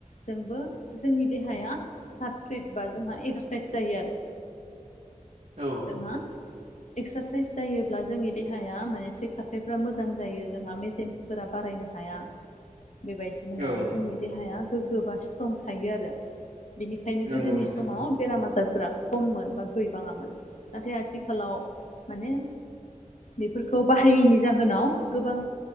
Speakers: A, on the left; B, on the right.
A: जोंबो जोंनि देहाया फ्राथ फ्रिट बा जोंहा एक्सरेसाइस जायो आरो
B: औ
A: जोंहा एक्सारसाइस जायोब्ला जोंनि देहाया माने थै खारथायफ्रा मोजां जायो जोंहा मेजेमफोरा बारायनो हाया बेबायदिनो
B: औ
A: माने जोंनि देहाया गोग्गो बा स्ट्रं थायो आरो। बेनिखायनो
B: नंगौ
A: गोदोनि
B: नोंथां
A: समाव बेराम आजारफोरा खममोन बा गैबाङामोन नाथाय आथिखालाव माने बेफोर खौ बाहायैनि जाहोनाव गोबां